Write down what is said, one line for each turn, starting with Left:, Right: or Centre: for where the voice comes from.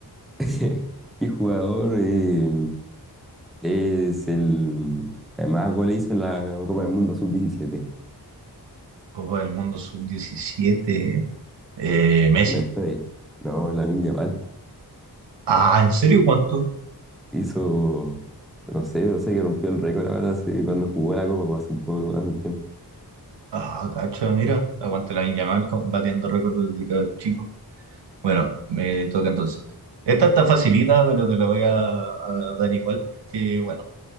Centre: <laughs> ¿Qué jugador eh, es el que más goles hizo en la Copa del Mundo sub diecisiete
Right: Copa del Mundo sub diecisiete. eh, Messi.
Centre: En la historia. No, Lamine Yamal.
Right: Ah, ¿en serio cuánto?
Centre: Hizo, no sé, no sé que rompió el récord ahora hace- cuando jugó la Copa, pues, hace un poco, hace un tiempo.
Right: Ah, cacha, mira, aguante la Yamal co- batiendo récords desde que era chico. Bueno, me toca entonces. Esta está facilita, pero te la voy a, a dar igual porque, bueno,